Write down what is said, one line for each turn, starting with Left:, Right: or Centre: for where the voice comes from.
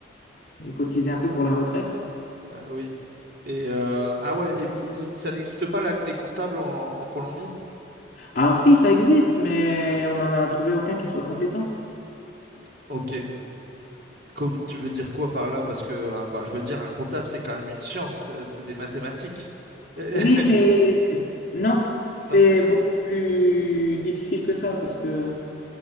Left: et cotiser un peu pour la retraite.
Right: Euh, oui. Et euh, ah ouais, et oui, ça n'existe pas la- les comptables en, en Colombie?
Left: Alors si ça existe, mais on n'en a trouvé aucun qui soit compétent.
Right: Ok. Co- tu veux dire quoi par là? Parce que euh, bah, je veux dire, un comptable, c'est quand même une science, euh, c'est des mathématiques. <laughs>
Left: Oui, mais s- non, c'est
Right: Non?
Left: beaucoup plus difficile que ça parce que